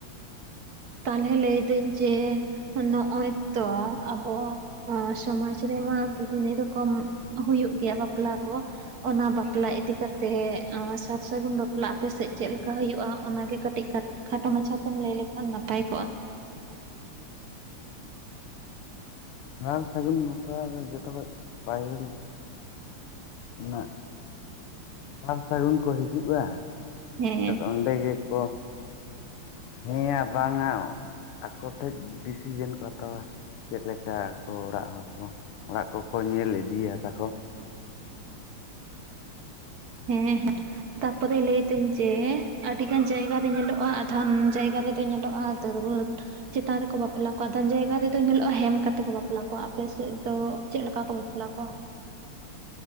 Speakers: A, on the right (about 60°); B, on the left (about 85°).
A: ᱛᱟᱦᱚᱞᱮ ᱞᱟᱹᱭ ᱫᱟᱹᱧ ᱡᱮ ᱱᱚᱜᱼᱚᱭ ᱛᱚ ᱟᱵᱚ᱾ ᱚᱸ ᱥᱚᱢᱟᱡ ᱨᱮᱢᱟ ᱵᱤᱵᱷᱤᱱᱱᱚ ᱨᱚᱠᱚᱢ ᱦᱩᱭᱩᱜ ᱜᱮᱭᱟ ᱵᱟᱯᱞᱟ ᱠᱚ᱾ ᱚᱱᱟ ᱵᱟᱯᱞᱟ ᱤᱫᱤ ᱠᱟᱛᱮᱫ ᱚᱸ ᱥᱟᱨ ᱥᱟᱹᱜᱩᱱ ᱵᱟᱯᱞᱟ ᱟᱯᱮ ᱥᱮᱫ ᱪᱮᱫ ᱞᱮᱠᱟ ᱦᱩᱭᱩᱜᱼᱟ ᱚᱱᱟᱜᱮ ᱠᱟᱹᱴᱤᱡ ᱠᱟ᱾ ᱠᱷᱟᱴᱚ ᱢᱟᱪᱷᱟ ᱛᱮᱢ ᱞᱟᱹᱭ ᱞᱮᱠᱷᱟᱱ ᱱᱟᱯᱟᱭ ᱠᱚᱜᱼᱟ᱾
B: ᱥᱟᱨ ᱥᱟᱹᱜᱩᱱ ᱵᱟᱯᱞᱟ ᱫᱚ ᱡᱚᱛᱚ ᱠᱷᱚᱡ ᱯᱟᱹᱦᱤᱞ ᱨᱮᱱᱟᱜ᱾ ᱥᱟᱨ ᱥᱟᱹᱜᱩᱱ ᱠᱚ ᱦᱤᱡᱩᱜᱼᱟ
A: ᱦᱮᱸ
B: ᱚᱸᱰᱮ ᱜᱮᱠᱚ᱾ ᱦᱮᱸᱭᱟ ᱵᱟᱝ ᱟ ᱟᱠᱚ ᱴᱷᱮᱡ ᱰᱤᱥᱤᱡᱮᱱ ᱠᱚ ᱦᱟᱛᱟᱣ-ᱟ᱾ ᱪᱮᱫ ᱞᱮᱠᱟ ᱟᱠᱚ ᱚᱲᱟᱜ ᱦᱚᱲ ᱠᱚ ᱚᱲᱟᱜ ᱠᱚᱠᱚ ᱧᱮᱞ ᱤᱫᱤᱭᱟ ᱛᱟᱠᱚ᱾
A: ᱦᱮᱸ ᱦᱮᱸ ᱛᱟᱯᱚᱨᱮ ᱞᱟᱹᱭᱫᱟᱹᱧ ᱡᱮ ᱟᱹᱰᱤ ᱜᱟᱱ ᱡᱟᱭᱜᱟ ᱫᱚ ᱧᱮᱞᱚᱜᱼᱟ ᱟᱫᱷᱟᱱ ᱡᱟᱭᱜᱟ ᱨᱮᱫᱚ ᱧᱮᱞᱚᱜᱼᱟ ᱛᱟᱹᱨᱵᱟᱹᱫ ᱪᱮᱛᱟᱱ ᱨᱮᱠᱚ ᱵᱟᱯᱞᱟ ᱠᱚᱣᱟ ᱟᱫᱦᱟᱱ ᱡᱟᱭᱜᱟ ᱨᱮᱫᱚ ᱧᱮᱞᱚᱜᱼᱟ ᱦᱮᱢ ᱠᱟᱛᱮ ᱠᱚ ᱵᱟᱯᱞᱟ ᱠᱚᱣᱭᱟ ᱟᱯᱮ ᱥᱮᱫ ᱫᱚ ᱪᱮᱫ ᱞᱮᱠᱟ ᱠᱚ ᱵᱟᱯᱞᱟ ᱠᱚᱣᱭᱟ᱾